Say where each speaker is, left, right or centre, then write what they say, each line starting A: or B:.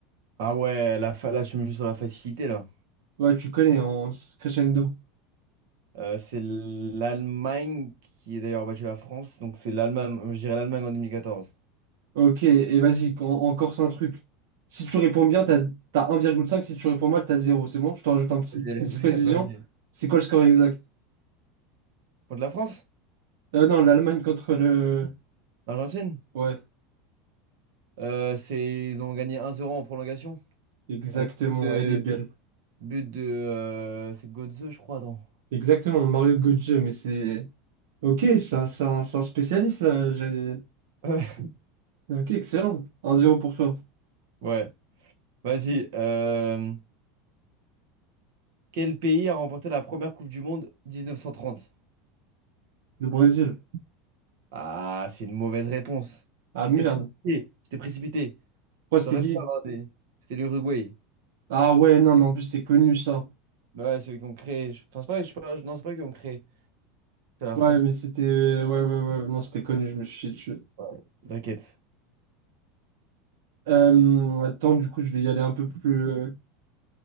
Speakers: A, on the right (about 70°); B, on the right (about 85°).
A: Ah ouais, la fa- là, tu me joues sur la facilité, là.
B: Ouais, tu connais, en c'est crescendo.
A: Euh, c'est l'Allemagne qui a d'ailleurs battu la France. Donc, c'est l'Allemagne, je dirais l'Allemagne en 2014.
B: Ok, et vas-y, en- encore c'est un truc. Si tu réponds bien, t'as, t'as un virgule cinq. Si tu réponds mal, t'as zéro. C'est bon? Je te rajoute un petit,
A: Vas-y,
B: une petite
A: <laughs>
B: précision.
A: vas-y.
B: C'est quoi le score exact?
A: Contre la France?
B: Euh, non, l'Allemagne contre le...
A: L'Argentine?
B: Ouais.
A: Euh, c'est... Ils ont gagné un 0 en prolongation.
B: Exactement,
A: Avec but de...
B: elle est belle.
A: But de euh, C'est Götze, je crois, attends.
B: Exactement, Mario Götze, mais c'est... Ok, c'est un, c'est un- c'est un spécialiste, là. j'ai-
A: <laughs>
B: Ok, excellent. 1-0 pour toi.
A: Ouais, vas-y. Euh, Quel pays a remporté la première Coupe du Monde 1930?
B: Le Brésil.
A: Ah, c'est une mauvaise réponse.
B: Ah,
A: Tu
B: merde.
A: t'es précipité. Tu t'es précipité.
B: Quoi, c'était
A: T'aurais
B: qui?
A: pu avoir des. C'était l'Uruguay.
B: Ah, ouais, non, mais en plus, c'est connu, ça.
A: Bah ouais, c'est eux qui ont créé. Je pense pas, je sais pas, non, c'est pas eux qui ont créé. C'est la
B: Ouais,
A: France.
B: mais c'était... Ouais, ouais, ouais. ouais, Non, c'était connu, je me suis chié dessus.
A: Ouais, T'inquiète.
B: Euh, attends, du coup, je vais y aller un peu plus... euh.